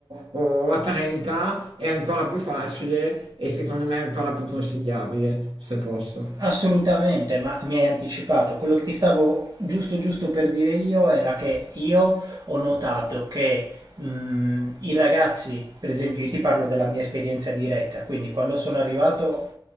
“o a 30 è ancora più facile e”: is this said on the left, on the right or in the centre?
Right